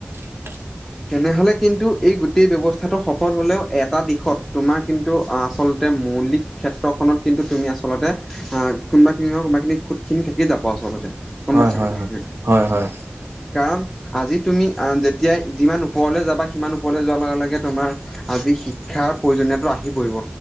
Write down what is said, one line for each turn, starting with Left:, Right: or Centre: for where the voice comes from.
Right: <inaudible>
Centre: তেনেহলে কিন্তু এই গোটেই ব্যৱস্থাটো সফল হলেও এটা দিশত তোমাৰ কিন্তু আচলতে মৌলিক ক্ষেত্ৰখনত কিন্তু তুমি আচলতে আহ কোনোবাখিনি নহয় কোনবা খিনি খুট খিনি থাকি যাব আচলতে। গম
Right: হয়
Centre: পাইছা
Right: হয়
Centre: কথা
Right: হয়
Centre: খিনি।
Right: হয় হয় হয়
Centre: কাৰণ আজি তুমি আ যেতিয়াই যিমান ওপৰলৈ যাবা সিমান ওপৰলৈ যোৱাৰ লগে-লগে তোমাৰ আজি শিক্ষাৰ প্ৰয়োজনীয়টো আহি পৰিব।